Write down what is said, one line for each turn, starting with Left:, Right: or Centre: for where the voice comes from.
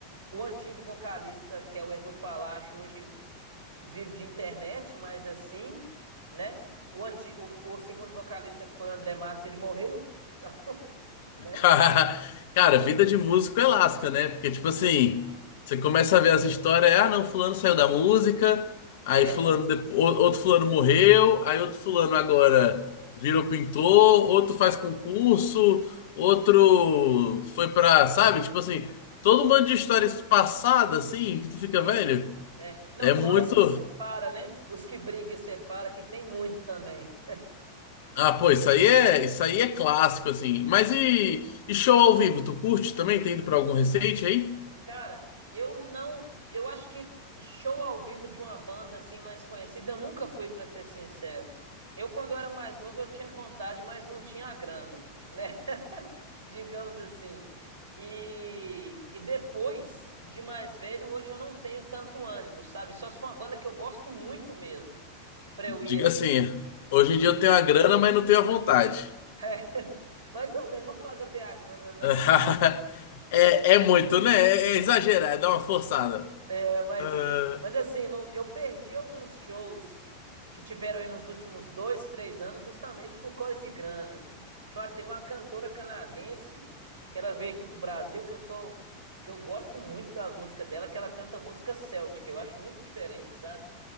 Right: O antigo vocalista, que é o Edu Falaschi, hoje vive de internet, mas assim, né? O, anti, o, o segundo vocalista, que foi o André Matos, ele morreu, então, <laughs> né?
Left: Ca- <laughs> Cara, vida de músico é lasca, né? Porque, tipo assim, você começa a ver as histórias, é, ah, não, fulano saiu da música, aí
Right: É,
Left: fulano, depo- ou- outro fulano morreu, aí outro fulano agora virou pintor, outro faz
Right: é,
Left: concurso, outro foi pra, sabe? Tipo assim, todo um monte de histórias passadas, assim, que tu
Right: sim,
Left: fica, velho,
Right: é. Não,
Left: é
Right: fora
Left: muito...
Right: os que separa, né? Os que briga e separa, que tem muito também.
Left: Ah, pô, isso aí é, isso aí é clássico, assim. Mas e, e show ao vivo, tu curte também? Tem ido pra algum recente aí?
Right: <laughs> Cara, eu não, eu acho que show ao vivo de uma banda assim mais conhecida, eu nunca fui, pra ser sincero. Eu quando eu era mais novo eu tinha vontade, mas não tinha a grana, né? <laughs> Digamos assim. E, e depois de mais velho, hoje eu não tenho tanto ânimo, sabe? Só se for uma banda que eu gosto muito mesmo, pra
Left: Diga
Right: eu ir assim.
Left: assim, hoje em dia eu tenho a grana, mas não tenho a vontade.
Right: É, <laughs> mais ou menos, não vou falar que eu tenho a grana, não.
Left: <laughs> É, é muito, né? É, é exagerado, é uma forçada.
Right: É, mas,
Left: Ah,
Right: mas assim, não, eu perdi alguns shows que tiveram aí nos últimos dois, três anos, justamente por causa de grana. Tinha uma- Teve uma cantora canadense que ela veio aqui pro Brasil, que eu sou, que eu gosto muito das músicas dela, que ela canta música celtic, eu acho muito diferente, sabe?